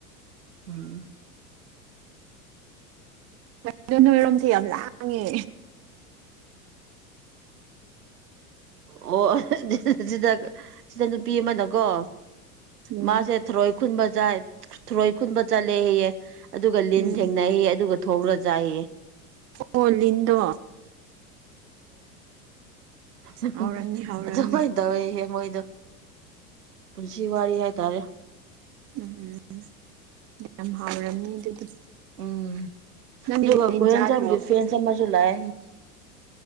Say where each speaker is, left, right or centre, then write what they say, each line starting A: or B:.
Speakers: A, on the right; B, on the right.
A: ꯎꯝ
B: ꯀꯔꯤꯅꯣ ꯅꯣꯢ ꯔꯣꯝꯁꯦ ꯌꯥꯝ ꯂꯥꯡꯉꯦ
A: ꯑꯣꯏ <unintelligible> ꯁꯤꯗ ꯁꯤꯗ ꯅꯨꯄꯤ ꯑꯃꯅꯀꯣ
B: ꯎꯝ
A: ꯃꯥꯁꯦ ꯊꯔꯣꯏ ꯈꯨꯟꯕ ꯊꯔꯣꯏ ꯈꯨꯟꯕ ꯆꯠꯂꯦ ꯍꯥꯢꯌꯦ ꯑꯗꯨꯒ ꯂꯤꯟ
B: ꯎꯝ
A: ꯊꯦꯡꯅꯩ ꯍꯥꯏꯌꯦ ꯑꯗꯨꯒ ꯊꯣꯡꯂ ꯆꯥꯢꯌꯦ
B: ꯑꯣ ꯂꯤꯟꯗꯣ
A: <unintelligible>
B: ꯍꯥꯎꯔꯝꯅꯤ ꯍꯥꯎꯔꯝꯅꯤ
A: ꯑꯗꯨꯃꯥꯏ ꯇꯧꯋꯦꯌꯦ ꯃꯣꯏꯗꯣ ꯄꯨꯟꯁꯤ ꯋꯥꯔꯤ ꯍꯥꯏ ꯇꯥꯔꯦ
B: ꯎꯝ ꯎꯝ ꯌꯥꯝ ꯍꯥꯎꯔꯝꯅꯤ ꯑꯗꯨꯗꯤ
A: ꯎꯝ
B: ꯅꯪꯗꯤ
A: ꯑꯗꯨꯒ
B: ꯔꯦꯟ
A: ꯀꯣꯍꯦꯟꯁꯝꯒꯤ
B: ꯆꯥꯗ꯭ꯔꯣ
A: ꯐꯦꯟꯁ ꯑꯃꯁꯨ ꯂꯥꯛꯑꯦ